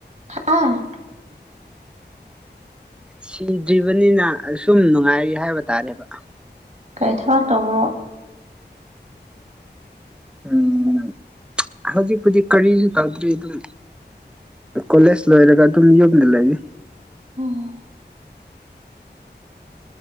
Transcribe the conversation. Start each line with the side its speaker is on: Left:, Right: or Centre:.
Right: ꯍꯥꯥ
Centre: ꯁꯤꯗ꯭ꯔꯤꯕꯅꯤꯅ ꯑꯁꯨꯝ ꯅꯨꯡꯉꯥꯏꯔꯤ ꯍꯥꯏꯕ ꯇꯥꯔꯦꯕ
Right: ꯀꯔꯤ ꯊꯕꯛ ꯇꯧꯕꯔꯣ
Centre: ꯎꯝ ꯍꯧꯖꯤꯛꯄꯨꯗꯤ ꯀꯔꯤꯁꯨ ꯇꯥꯗ꯭ꯔꯤ ꯑꯗꯨꯝ ꯀꯣꯂꯦꯖ ꯂꯣꯏꯔꯒ ꯑꯗꯨꯝ ꯌꯨꯝꯗ ꯂꯩꯔꯤ
Right: ꯎꯝ